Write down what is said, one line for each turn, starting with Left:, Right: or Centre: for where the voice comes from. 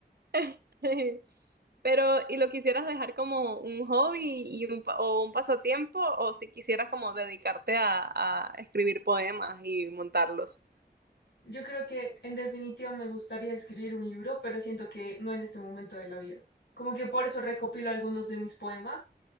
Right: <laughs> Este, pero, ¿y lo quisieras dejar como un hobby y un, pa- o un pasatiempo? ¿O si quisieras como dedicarte a, a escribir poemas y montarlos?
Left: Yo creo que en definitiva me gustaría escribir un libro, pero siento que no en este momento de la vida. Como que por eso recopilo algunos de mis poemas,